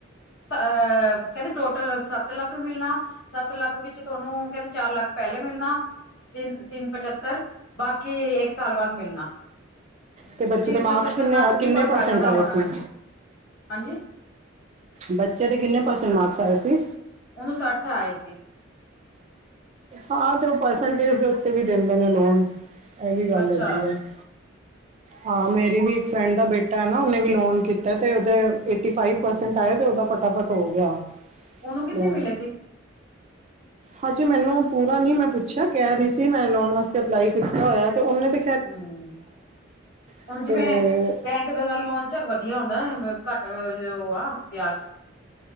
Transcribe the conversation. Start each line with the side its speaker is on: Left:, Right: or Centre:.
Left: ਅ ਅਹ ਕਹਿੰਦੇ ਟੋਟਲ ਸੱਤ ਲੱਖ ਮਿਲਣਾ ਸੱਤ ਲੱਖ ਵਿੱਚ ਤੁਹਾਨੂੰ ਕਹਿੰਦੇ ਚਾਰ ਲੱਖ ਪਹਿਲੇ ਮਿਲਣਾ ਤਿੰਨ ਤਿੰਨ ਪਚੱਤਰ ਬਾਕੀ ਇ ਕ ਸਾਲ ਬਾਦ ਮਿਲਣਾ,
Right: ਤੇ ਬੱਚੇ
Left: ਤਿੰਨ
Right: ਦੇ ਮਾਰਕਸ
Left: ਪਚੱਤਰ
Right: ਕਿੰਨੇ
Left: ਨਾਲ
Right: ਆ
Left: ਵੀ
Right: ਕਿੰਨੇ
Left: ਕੋਈ ਫਾਇਦਾ
Right: ਪਰਸੈਂਟ
Left: ਤਾਂ
Right: ਆਏ
Left: ਹੋਣਾ
Right: ਸੀ
Left: ਹਾਂਜੀ
Right: ਬੱਚੇ ਦੇ ਕਿੰਨੇ ਪਰਸੈਂਟ ਮਾਰਕਸ ਆਏ ਸੀ
Left: ਉਹਨੂੰ ਸੱਠ ਆਏ ਸੀ
Right: ਹਾਂ ਤੇ ਉਹ ਪਰਸੈਂਟੇਜ ਦੇ ਉੱਤੇ ਵੀ ਦਿੰਦੇ ਨੇ ਲੋਨ, ਐਹ ਵੀ ਗੱਲ
Left: ਅੱਛਾ
Right: ਹੈਗੀ ਐ <inaudible> ਹਾਂ ਮੇਰੀ ਵੀ ਇੱਕ ਫਰੈਂਡ ਦਾ ਬੇਟਾ ਐ ਨਾ ਉਹਨੇ ਵੀ ਲੋਨ ਕੀਤਾ ਤੇ ਉਹਦੇ ਏਟੀ ਫਾਈਵ ਪਰਸੈਂਟ ਆਏ ਤੇ ਉਹਦਾ ਫਟਾਫਟ ਹੋ ਗਿਆ,
Left: ਉਹਨੂੰ ਕਿੰਨੇ
Right: ਹੂੰ,
Left: ਮਿਲੇ ਸੀ
Right: ਹਾਂਜੀ ਮੈਨੂੰ ਪੂਰਾ ਨੀ ਮੈਂ ਪੁੱਛਿ ਆ ਕਹਿ
Left: ਅੱਛਾ
Right: ਰਹੀ
Left: ਅੱਛਾ
Right: ਸੀ ਮੈਂ ਲੋਨ ਵਾਸਤੇ ਅਪਲਾਈ ਕੀਤਾ ਹੋਇਆ ਤੇ ਉਹਨੇ ਤੇ
Left: ਹੂੰ,
Right: ਅਤੇ
Left: ਹੁਣ ਜਿਵੇਂ ਬੈਂਕ ਦਾ ਤਾਂ ਲੋਨ ਚੱਲ ਵਧੀਆ ਹੁੰਦਾ ਘੱਟ ਅ ਉਹ ਆ ਵਿਆਜ